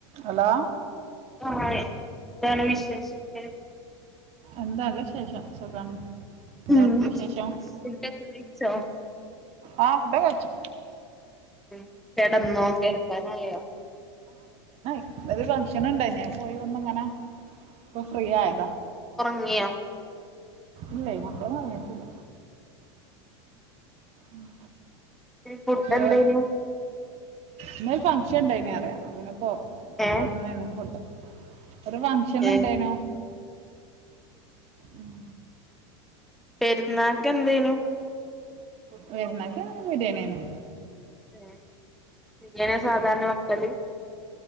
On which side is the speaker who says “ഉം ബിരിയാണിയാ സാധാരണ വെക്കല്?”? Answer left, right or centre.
Centre